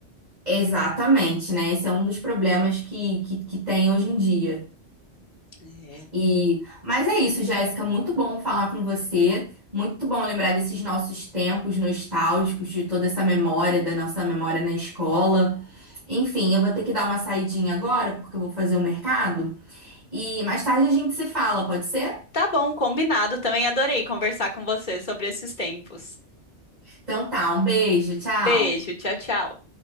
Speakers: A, on the right (about 35°); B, on the left (about 40°).
A: exatamente, né? Esse é um dos problemas que, que, que tem hoje em dia.
B: É.
A: E, mas é isso, Jéssica, muito bom falar com você, muito bom lembrar desses nossos tempos nostálgicos, de toda essa memória, da nossa memória na escola. Enfim, eu vou ter que dar uma saidinha agora, porque eu vou fazer o mercado, e mais tarde a gente se fala, pode ser?
B: Tá bom, combinado. Também adorei conversar com você sobre esses tempos.
A: Então tá, um beijo, tchau.
B: Beijo, tchau, tchau.